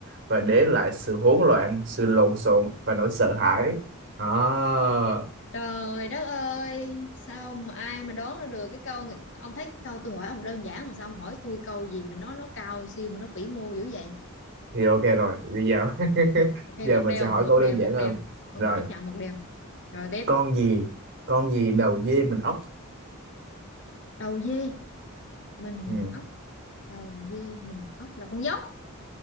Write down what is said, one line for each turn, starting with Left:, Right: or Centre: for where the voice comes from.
Right: và để lại sự hỗn loạn, sự lộn xộn và nỗi sợ hãi. Đó.
Left: Trời đất ơi, sao mà ai mà đoán ra được cái câu ông thấy cái câu tôi hỏi ông đơn giản mà sao ông hỏi tôi câu gì mà nó nó cao siêu mà nó vĩ mô dữ vậy.
Right: Thì ok rồi, bây giờ <laughs>
Left: Ok
Right: giờ
Left: một
Right: mình
Left: đều,
Right: sẽ
Left: một
Right: hỏi câu
Left: đều,
Right: đơn giản
Left: một
Right: hơn.
Left: đều. Ừ,
Right: Rồi,
Left: mình chấp nhận một đều. Rồi tiếp.
Right: con gì? Con gì đầu dê mình ốc?
Left: Đầu dê mình
Right: Ừ,
Left: ốc, đầu dê mình ốc là con dốc.